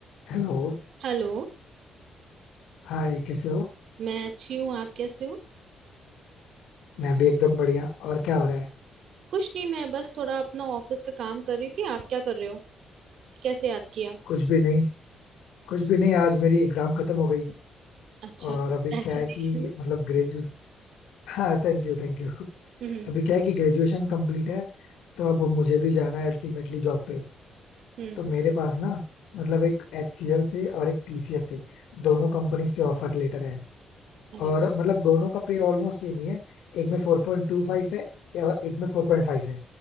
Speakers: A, on the left; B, on the right.
A: Hello
B: Hello
A: Hi कैसे हो
B: मैं अच्छी हूँ आप कैसे हो
A: मैं भी एकदम बढ़िया और क्या हो रहा है
B: कुछ नहीं मैं बस थोड़ा अपना ऑफिस का काम कर रही थी आप क्या कर रहे हो कैसे याद किया
A: कुछ भी नहीं कुछ भी नहीं आज मेरी एग्जाम खत्म हो गई
B: अच्छा
A: और
B: कंग्रेचुलेशन
A: अभी क्या है कि मतलब ग्रेजु हाँ थैंक यू थैंक यू
B: हम्म
A: अभी क्या है कि ग्रेजुएशन कंप्लीट है तो अब मुझे भी जाना है अल्टीमेटली जॉब पे
B: हम्म
A: तो मेरे पास ना मतलब एक एचसीएल से और एक टीसीएस से दोनों कंपनी से ऑफर लेटर है
B: अरे
A: और मतलब दोनों का पे ऑलमोस्ट सेम ही है एक में फोर पॉइंट टू फाइव है और एक में फोर पॉइंट फाइव है